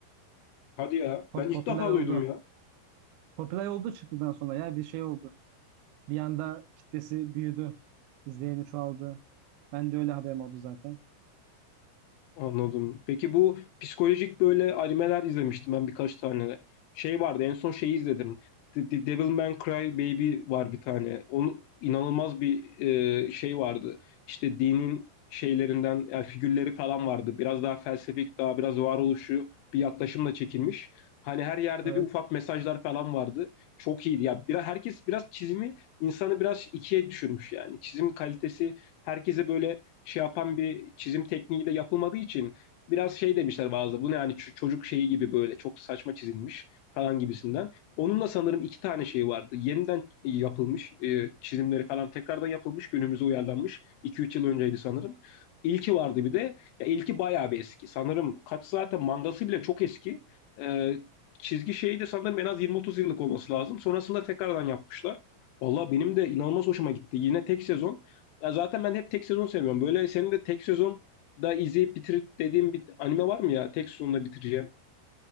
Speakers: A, on the left; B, on the right.
A: Hadi ya
B: Pop-
A: ben ilk
B: popüler
A: defa
B: oldu.
A: duydum ya.
B: Popüler oldu çıktıktan sonra ya bir şey oldu. Bir anda kitlesi büyüdü. İzleyeni çoğaldı. Ben de öyle haberim oldu zaten.
A: Anladım. Peki bu psikolojik böyle animeler izlemiştim ben birkaç tane. Şey vardı en son şeyi izledim. The, The Devil May Cry Baby var bir tane. Onun inanılmaz bir e, şey vardı. İşte dinin şeylerinden yani figürleri falan vardı. Biraz daha felsefik, daha biraz varoluşu bir yaklaşımla çekilmiş. Hani her yerde
B: Evet.
A: bir ufak mesajlar falan vardı. Çok iyiydi. Ya biraz herkes biraz çizimi insanı biraz ikiye düşürmüş yani. Çizim kalitesi herkese böyle şey yapan bir çizim tekniği de yapılmadığı için biraz şey demişler bazı. Bu ne yani çocuk şeyi gibi böyle çok saçma çizilmiş falan gibisinden. Onunla sanırım iki tane şey vardı. Yeniden yapılmış e, çizimleri falan tekrardan yapılmış günümüze uyarlanmış. 2-3 yıl önceydi sanırım. İlki vardı bir de. Ya ilki bayağı bir eski. Sanırım kaç zaten mangası bile çok eski. E, çizgi şeyi de sanırım en az 20-30 yıllık olması lazım. Sonrasında tekrardan yapmışlar. Valla benim de inanılmaz hoşuma gitti. Yine tek sezon ya zaten ben hep tek sezon seviyorum. Böyle senin de tek sezon da izleyip bitir dediğim bir anime var mı ya? Tek sezonla bitireceğim.